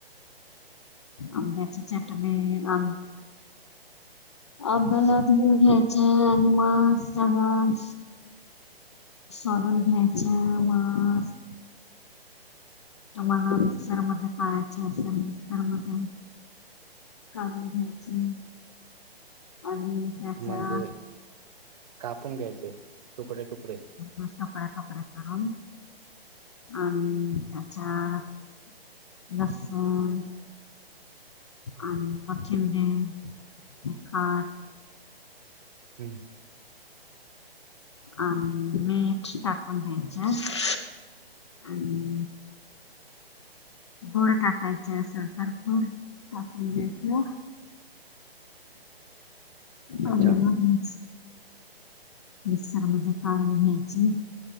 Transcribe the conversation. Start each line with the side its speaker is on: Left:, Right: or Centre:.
Left: आपल्यां अगलंतण घ्यायचे आणि मस्तं त्यांना सोडूंन घ्यायचं मस्तं तुम्हांला मिक्सरमध्यें काळांयचे असेल मिक्सर मध्यें काढूंन घ्यायची आणि त्याच्या
Right: म्हणजे ते कापूंन घ्यायचे तुकडे तुकडे
Left: नसतं फ्याकां फ्यां करूंन आणि त्यांच्यात लसूणं आणि पाचिमडे एक तिखंट
Right: हम्मं
Left: आणि मीठ टाकूनन द्यायचं आणि गोंड टाकांयचे असेल तरं गोंड टाकूंन घ्यायेतं आणि
Right: अच्छा
Left: मगं मिक्सर मध्यें काढूंन घ्यायची